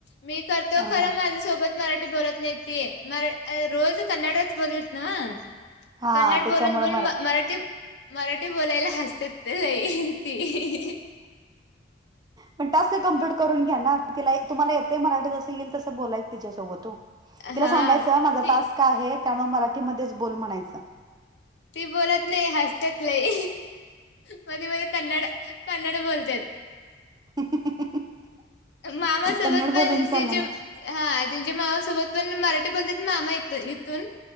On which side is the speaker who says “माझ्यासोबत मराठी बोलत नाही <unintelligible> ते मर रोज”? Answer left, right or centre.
Left